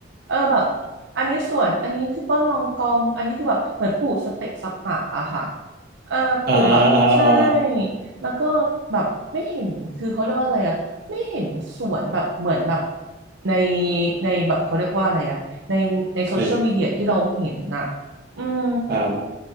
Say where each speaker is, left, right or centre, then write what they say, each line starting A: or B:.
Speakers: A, on the right (about 75°); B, on the right (about 50°).
A: เออแบบ อันนี้สวนอันนี้คือต้นรองกองอันนี้คือแบบเหมือนปลูกสเปะสปะอะค่ะเออปลูกแบบใช่
B: <laughs> อ่าอ่าอ่า
A: แล้วก็แบบไม่เห็นคือเขาเรียกว่าอะไรอะไม่เห็นสวนแบบเหมือนแบบในในแบบเขาเรียกว่าอะไรอะในในโซเชียลมีเดียที่เราเห็นน่ะ
B: ใน
A: อืม
B: อ่า